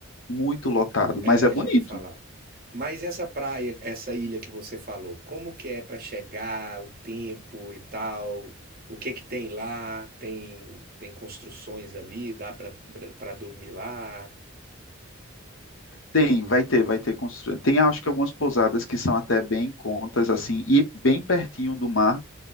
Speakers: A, on the left; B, on the right.
A: muito lotado,
B: É,
A: mas é bonito.
B: já ouvi falar. Mas essa praia, essa ilha que você falou, como que é para chegar, o tempo e tal? O que que tem lá? Tem tem construções ali, dá para para dormir lá?
A: Tem, vai ter, vai ter construção. Tem, acho que algumas pousadas que são até bem em contas, assim, e bem pertinho do mar.